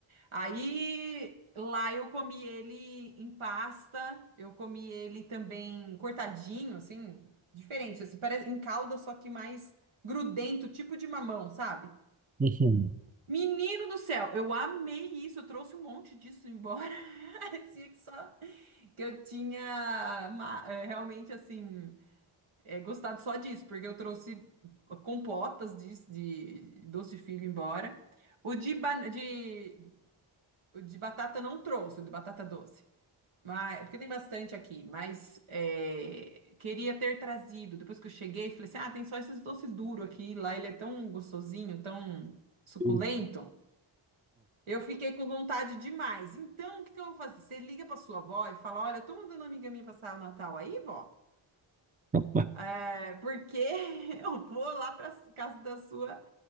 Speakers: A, on the right; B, on the right.
A: Aí lá eu comi ele em pasta, eu comi ele também cortadinho, assim, diferente, assim, parece em calda, só que mais grudento, tipo de mamão, sabe?
B: Uhum.
A: Menino do céu, eu amei isso, eu trouxe um monte disso embora. <laughs> Parecia que só que eu tinha ma- é, realmente assim é, gostado só disso, porque eu trouxe compotas disso, de doce de figo embora. O de, ban- de o de batata não trouxe, o de batata doce. Mas, porque tem bastante aqui, mas é, queria ter trazido. Depois que eu cheguei, falei assim: ah, tem só esses doce duro aqui. Lá ele é tão gostosinho, tão suculento.
B: Uhum.
A: Eu fiquei com vontade demais. Então, o que que eu vou fazer? Você liga pra sua avó e fala: olha, eu tô mandando uma amiga minha passar o Natal aí, vó,
B: Ah.
A: é, porque <laughs> eu vou lá pra casa da sua,